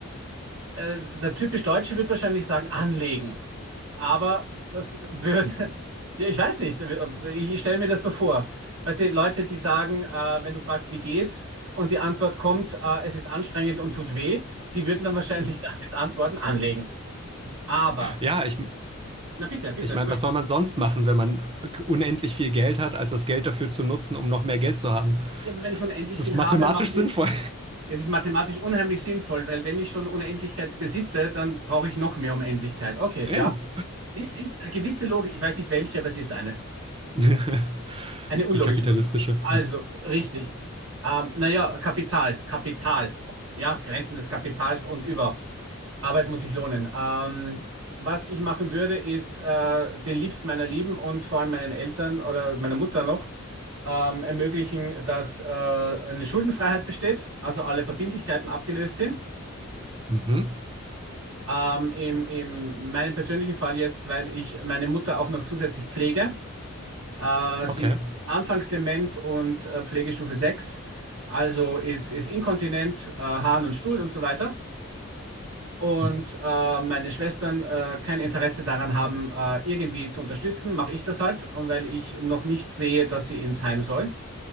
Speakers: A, on the right; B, on the right.
A: Äh, der typisch Deutsche wird wahrscheinlich sagen, anlegen. Aber das würde, <laughs> ja, ich weiß nicht, ich stelle mir das so vor. Weißt du, Leute, die sagen, äh, wenn du fragst, wie geht's, und die Antwort kommt, äh, es ist anstrengend und tut weh, die würden dann wahrscheinlich <laughs> damit antworten, anlegen. Aber,
B: Ja, ich,
A: na bitte, bitte,
B: ich
A: Entschuldigung.
B: meine, was soll man sonst machen, wenn man unendlich viel Geld hat, als das Geld dafür zu nutzen, um noch mehr Geld zu haben? <laughs>
A: Ja, aber wenn ich unendlich
B: Es ist
A: viel
B: mathematisch
A: habe, macht die,
B: sinnvoll.
A: es ist mathematisch unheimlich sinnvoll, weil wenn ich schon Unendlichkeit besitze, dann brauche ich noch mehr Unendlichkeit. Okay,
B: <laughs> Eben.
A: ja. Es ist eine gewisse Logik, ich weiß nicht welche, aber es ist eine.
B: <laughs>
A: Eine unlogische
B: Die kapitalistische.
A: Logik. Also, richtig. Ähm, naja, Kapital, Kapital. Ja, Grenzen des Kapitals und überhaupt. Arbeit muss sich lohnen. Ähm, was ich machen würde, ist äh, den Liebsten meiner Lieben und vor allem meinen Eltern oder meiner Mutter noch ähm, ermöglichen, dass äh, eine Schuldenfreiheit besteht, also alle Verbindlichkeiten abgelöst sind.
B: Mhm.
A: Ähm, im, im meinem persönlichen Fall jetzt, weil ich meine Mutter auch noch zusätzlich pflege. Äh, sie
B: Okay.
A: ist anfangs dement und äh, Pflegestufe 6, also ist, ist inkontinent, äh, Harn und Stuhl und so weiter. Und
B: Hm.
A: äh, meine Schwestern äh, kein Interesse daran haben, äh, irgendwie zu unterstützen, mache ich das halt. Und weil ich noch nicht sehe, dass sie ins Heim soll.